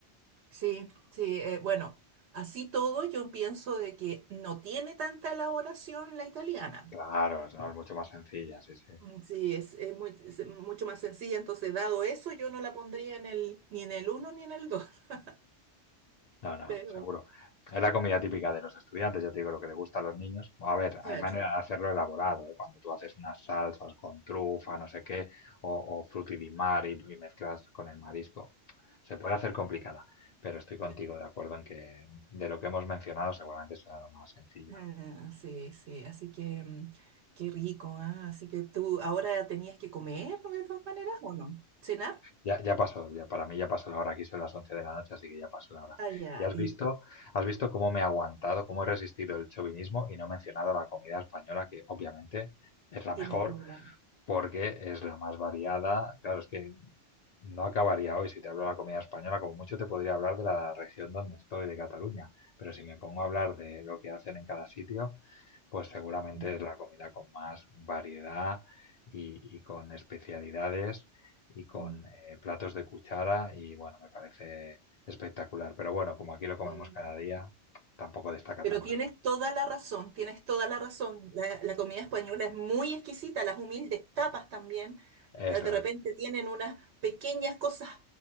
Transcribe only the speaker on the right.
Sí, sí, eh, bueno, así todo yo pienso de que no tiene tanta elaboración la italiana.
Mm, Sí, es, es muy, es mucho más sencilla, entonces dado eso yo no la pondría en el, ni en el uno ni en el dos. <laughs>
pero
claro,
claro.
Ah, sí, sí, así que mm, qué rico, ah, Así que tú ahora tenías que comer de todas maneras, ¿o no? ¿Cenar?
Ah, ya,
y
tienes
toda la razón.
Mm,
mm.
Sí.
Pero
tienes toda la razón, tienes toda la razón. La, la comida española es muy exquisita, las humildes tapas también.
eh, De repente
tienen unas pequeñas cosas,